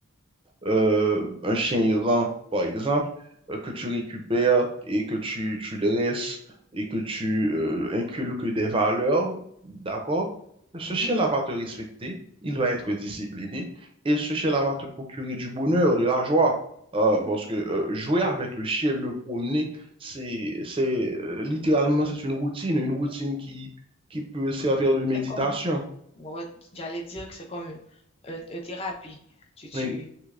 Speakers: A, on the right; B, on the left.
A: euh, un chien errant, par exemple, euh, que tu récupères et que tu, tu dresses et que tu euh, inculques des valeurs, d'accord? Ce
B: mhm,
A: chien-là va te respecter, il va être discipliné et ce chien-là va te procurer du bonheur, de la joie. Euh,
B: oui,
A: parce
B: oui.
A: que euh, jouer avec le chien, le promener, c'est, c'est euh, littéralement, c'est une routine, une routine qui, qui peut servir de méditation.
B: C'est comme, Ouais, ouais, j'allais dire que c'est comme une, une- une thérapie. Tu, tu,
A: Oui,